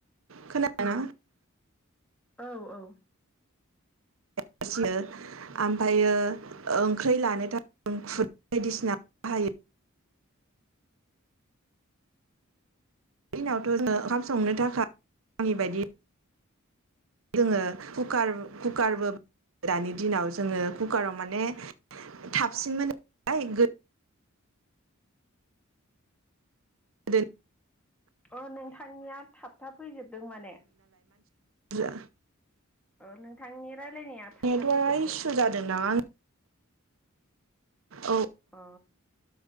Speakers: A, on the right; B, in the centre.
A: खोनादोंना
B: औ - औ
A: <unintelligible> ओमफ्रायो ओंख्रै लानो थाखाय खु बायदिसिना हायो बेनि उनावथ' ओंखाम संनो थाखाय आंनि बायदि जोङो कुकार कुकारबो दानि दिनाव जोङो कुकाराव माने थाबसिन मोनो नालाय गो <unintelligible>
B: अ नोंथांनिया थाबथा फैजोबदों माने
A: जा
B: औ नोंथांनि रायलायनाया थाब
A: नेटवार्क
B: था फैजोबदों
A: इसु जादों दां आं औ
B: अ